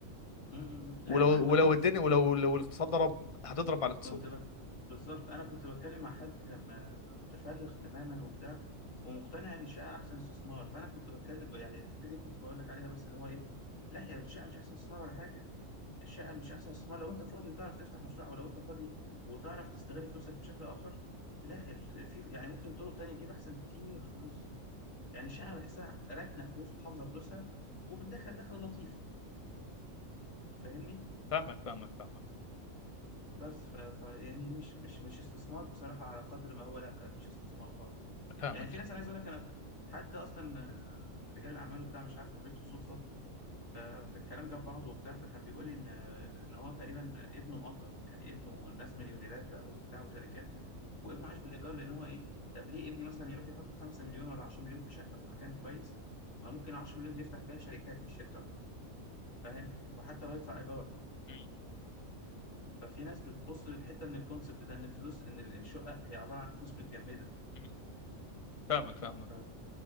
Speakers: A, on the left (about 70°); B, on the left (about 30°).
A: مم. مم. لا
B: ولو
A: انا بقول لك لو
B: ولو
A: حد
B: الدنيا
A: فاضي
B: ولو لو الاقتصاد ضرب هتضرب مع الاقتصاد
A: كنت بت... بالظبط انا كنت بتكلم مع حد كان آه، متفرغ تماما وبتاع ومقتنع ان الشقه احسن استثمار فانا كنت بتكلم يعني الحته دي كنت بقول لك عليها بس اللي هو ايه لا هي الشقه مش احسن استثمار ولا حاجه الشقه مش احسن استثمار لو انت فاضي وتعرف تفتح مشروع او لو انت فاضي وتعرف تستغل فلوسك بشكل اخر لا ال... في يعني ممكن طرق تانية تجيب احسن بكتير فلوس يعني الشقه أنا بحسها راكنه فلوس وحافظه فلوسها وبتدخل دخل لطيف ف- فاهمني
B: فاهمك فاهمك فاهمك
A: بس ف... ف يعني هي مش مش مش استثمار بصراحة على قدر ما هو لا مش استثمار خالص
B: فاهمك
A: يعني في ناس انا عايز اقول لك انا حد اصلا آه، رجال اعمال وبتاع مش عارف قابلته صدفة ف... فالكلام جاب بعضه وبتاع فكان بيقول لي ان ان هو تقريبا ابنه مؤجر يعني ابنه ناس مليونيرات بقى وبتاع وشركات وابنه عايش بالايجار لان هو ايه طب ليه ابني مثلا يروح يحط 5 مليون ولا 10 مليون في شقة في مكان كويس ما ممكن 10 مليون دي يفتح بيها شركات مش شركة واحدة فاهم وحتى لو يدفع ايجار
B: مم.
A: ففي ناس بتبص للحته من الكونسبت ده ان الفلوس ان ال- الشقه هي عباره عن فلوس متجمده
B: مم. فاهمك فاهمك
A: ف